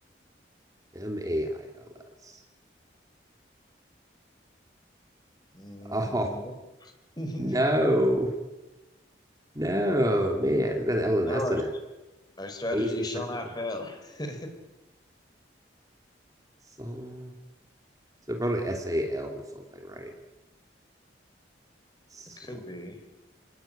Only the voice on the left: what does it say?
Mm.
<laughs>
No,
our
our strategy
shall
not
fail. <laughs>
It could be.